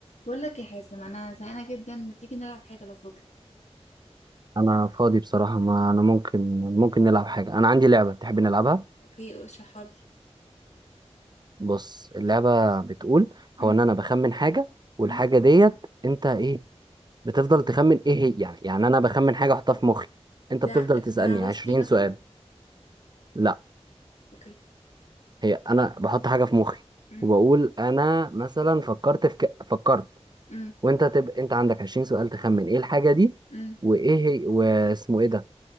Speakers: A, on the left; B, on the right.
A: بقول لك يا حازم انا زهقانه جدا ما تيجي نلعب حاجه لو فاضي
B: انا فاضي بصراحة ما انا ممكن ممكن نلعب حاجة انا عندي لعبة تحب نلعبها
A: اوكي اشرحها لي
B: بص اللعبة بتقول
A: امم
B: هو ان انا بخمن حاجة والحاجة
A: امم
B: ديت انت ايه بتفضل تخمن ايه هي يعني يعني انا بخمن حاجة احطها في مخي انت
A: زي
B: بتفضل
A: ع-
B: تسألني
A: زي عروستي
B: عشرين
A: مثلا
B: سؤال لا
A: اوكي
B: هي انا بحط حاجة في مخي
A: امم
B: وبقول انا مثلا فكرت في ك... فكرت
A: امم
B: وانت تبقى انت عندك عشرين سؤال تخمن ايه الحاجة دي
A: امم
B: وايه هي واسمه ايه ده